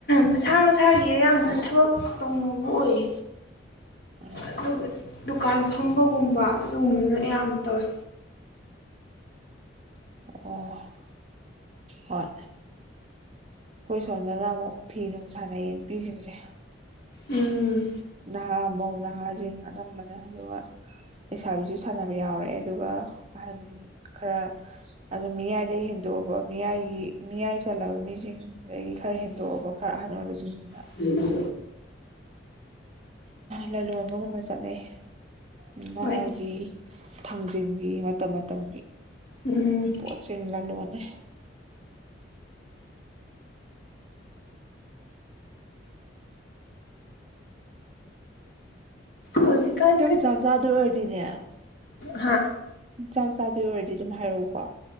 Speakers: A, on the left; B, on the right.
A: ꯃꯁꯥ ꯃꯁꯥꯒꯤ ꯑꯌꯥꯝꯕꯅ ꯊꯕꯛ ꯇꯧꯅꯤꯡꯕ ꯑꯣꯏꯌꯦ
B: ꯎꯝ
A: ꯑꯗꯨꯒ ꯗꯨꯀꯥꯟ ꯐꯝꯕꯒꯨꯝꯕ ꯑꯗꯨꯒꯨꯝꯕꯅ ꯑꯌꯥꯝꯕ ꯇꯧꯋꯦ
B: ꯑꯣ ꯍꯣꯏ ꯑꯩꯈꯣꯏ ꯁꯣꯝꯗꯅ ꯑꯃꯨꯛ ꯐꯤ ꯅꯨꯡ ꯁꯥꯟꯅꯩꯌꯦ ꯅꯨꯄꯤꯁꯤꯡꯁꯦ
A: ꯎꯝ
B: ꯅꯍꯥ ꯃꯧ ꯅꯍꯥꯁꯤꯡ ꯑꯅꯝꯕꯅ ꯑꯗꯨꯒ ꯂꯩꯥꯕꯤꯁꯨ ꯁꯥꯟꯅꯕ ꯌꯥꯎꯔꯦ ꯑꯗꯨꯒ ꯑꯍꯟ ꯈꯔ ꯑꯗꯨ ꯃꯤꯌꯥꯏꯗꯩ ꯍꯦꯟꯗꯣꯛꯑꯕ ꯃꯤꯌꯥꯏꯒꯤ ꯃꯤꯌꯥꯏ ꯆꯜꯂꯕ ꯃꯤꯁꯤꯡ ꯑꯗꯒꯤ ꯈꯔ ꯍꯦꯟꯗꯣꯛꯑꯕ ꯈꯔ ꯑꯍꯟ ꯑꯣꯏꯕꯁꯤꯡꯁꯤꯅ
A: <unintelligible>
B: ꯂꯂꯣꯟꯕꯒꯨꯝꯕ ꯆꯠꯅꯩ ꯉꯥꯒꯤ
A: ꯍꯣꯏ
B: ꯊꯥꯡꯖꯤꯟꯒꯤ ꯃꯇꯝ ꯃꯇꯝꯒꯤ
A: ꯎꯝ
B: ꯄꯆꯤꯡ ꯂꯂꯣꯜꯂꯦ
A: ꯍꯧꯖꯤꯛꯀꯥꯟ
B: ꯆꯪ ꯆꯥꯛ ꯆꯥꯗꯣꯏ ꯑꯣꯏꯔꯗꯤꯣꯏꯅꯦ
A: ꯍꯥ
B: ꯆꯥꯛ ꯆꯥꯗꯣꯏ ꯑꯣꯏꯔꯗꯤ ꯑꯗꯨꯝ ꯍꯥꯏꯔꯛꯎꯀꯣ